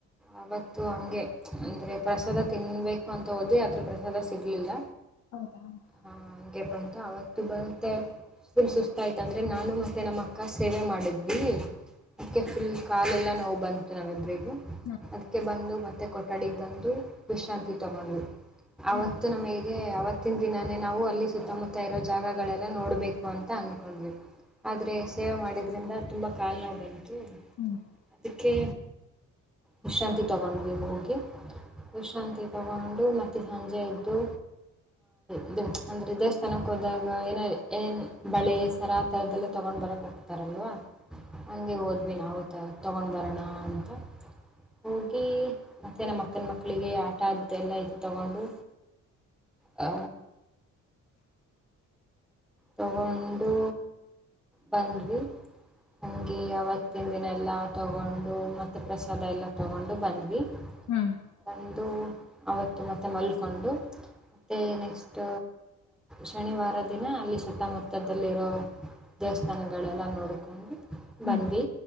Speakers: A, in the centre; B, on the left.
A: ಆವತ್ತು ಹಂಗೆ ಅಂದ್ರೆ ಪ್ರಸಾದ ತಿನ್ಬೇಕು ಅಂತ ಹೋದಿ ಆದ್ರ ಪ್ರಸಾದ ಸಿಗ್ಲಿಲ್ಲ
B: ಹೌದಾ ಹೌದು
A: ಹ ಹಗೆ ಬಂತ ಅವತ್ತು ಬೆ ಫುಲ್ ಸುಸ್ತ ಅಂದ್ರೆ ನಾನು ಮತ್ತೆ ನಮ್ಮ ಅಕ್ಕ ಸೇವೆ ಮಾಡಿದ್ವಿ ಅದಕ್ಕೆ ಫುಲ್ ಕಾಲೆಲ್ಲ ನೋವು ಬಂತ ಇ ನಾವಿಬರಿಗೂ
B: ಹ್ಮ್
A: ಅದಕ್ಕೆ ಬಂದು ಮತ್ತು ಕೊಠಡಿಗೆ ಬಂದು ವಿಶ್ರಾಂತಿ ತಗೊಂಡ್
B: ಹ್ಮ್
A: ಆತ್ತು
B: ಹ್ಮ್
A: ನಮಗೆ ಹಾಗಗೆ ಅವತ್ತಿನ ದಿನಾನೇ ನಾವು ಅಲ್ಲಿ ಸುತ್ತಮುತ್ತ ಇರೋ ಜಾಗಗಳೆಲ್ಲ ನೋಡ್ಬೇಕು ಅಂತ ಅನ್ಕೊಂಡ್ವಿ ಆದ್ರೆ ಸೇವೆ ಮಾಡಿದ್ರಿಂದ ತುಂಬಾ ಕಾಲು ನಾವು ಬಂತು
B: ಹ್ಮ್ <inaudible>
A: ಅದಕ್ಕೆ ವಿಶ್ರಾಂತಿ ತಗೊಂಡ್ವಿ ಹೋಗಿ ವಿಶ್ರಾಂತಿ ತಗೊಂಡು ಮತ್ತೆ ಸಂಜೆ ಎದ್ದು ಇದು ಅಂದರೆ ದೇವಸ್ಥಾನಕ್ಕೆ ಹೋದಾಗ ಏನ ಏನು ಬಳೆ ಸರ ಆ ಥರದಲ್ಲೇ ತೊಗೊಂಡ್ ಬರಕ್ ಹೋಗ್ತಾರಲ್ವಾ ನಗೆ ಹೋದ್ವಿ ನವು ತ ತೊಗೊಂಡ್ ಬರೋಣ ಅಂತ ಹೋಗಿ ಮತ್ತು ನಮ್ಮ ಅಕ್ಕನ ಮಕ್ಕಳಿಗೆ ಆಟ ಅ್ದಲ್ಲ ಇದು ತಗೊಂಡು ಹ ತಗೊಂಡು ಬಂದ್ವಿ ಹಂಗೆ ಅವವತ್ತಿನ ದಿನ ಎಲ್ಲ ತಗೊಂಡು ಮತ್ತುತ್ತೆ ಪ್ರಸಾದ ಎಲ್ಲ ತಗೊಂಡು ಬಂದ್ವಿ
B: ಹ್ಮ್
A: ಬಂದು ಅವತ್ತು ಮತ್ತೆ ಮಲ್ಕೊಂಡು ಮತ್ತೆ ನೆಕ್ಸ್ಟ್ ಶನಿವಾರ ದಿನ ಅಲ್ಲಿ ಸುತ್ತಮುತ್ತದಲ್ಲಿರೋ ದೇವಸ್ಥಾನಗಳೆಲ್ಲ ನೋಡಿಕೊಂಡು
B: ಹ್ಮ್
A: ಬಂದು